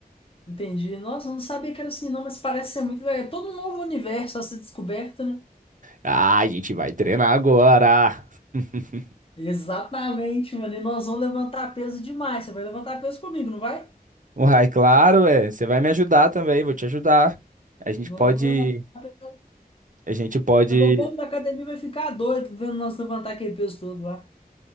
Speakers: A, on the left; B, on the right.
A: Entendi. Nossa, eu não sabia que era assim, não, mas parece ser muito legal. É todo um novo universo a ser descoberto, né?
B: Ah, a gente vai treinar agora. <laughs>
A: Exatamente, mano. E nós vamos levantar peso demais. Você vai levantar peso comigo, não vai?
B: O Rai, claro, é. Você vai me ajudar também, vou te ajudar. A gente
A: Nós
B: pode,
A: vamos levantar peso.
B: a gente pode.
A: O meu povo da academia vai ficar doido vendo nós levantar aquele peso todo lá.